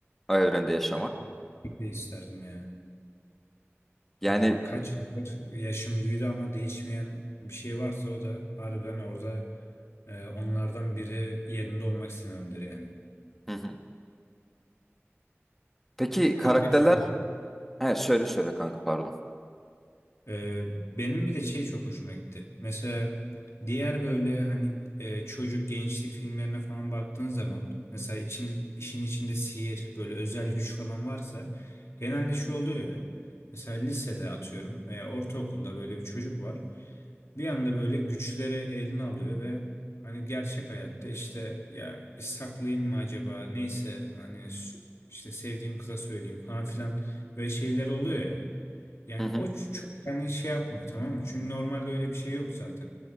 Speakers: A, in the centre; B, on the left (about 70°).
A: o evrende yaşamak?
B: Ben de isterdim ya.
A: Yani
B: Yani kaç yıldır yaşım büyüdü ama değişmeyen bir şey varsa o da harbiden orada e, onlardan biri yerinde olmak istememdir yani.
A: hı hı. Peki
B: Kanka
A: karakterler
B: şey
A: he söyle söyle kanka pardon.
B: Ee, benim bir de şey çok hoşuma gitti. Mesela diğer böyle hani e, çocuk gençlik filmlerine falan baktığın zaman mesela için işin içinde sihir böyle özel güç falan varsa genelde şu oluyor ya. Mesela lisede atıyorum veya ortaokulda böyle bir çocuk var. Bir anda böyle güçleri eline alıyor ve hani gerçek hayatta işte ya bir saklayayım mı acaba neyse hani s- işte sevdiğim kıza söyleyeyim falan filan böyle şeyler oluyor ya. Yani
A: Hı hı.
B: o ç- çok hani şey yapmıyor tamam mı? Çünkü normalde öyle bir şey yok zaten.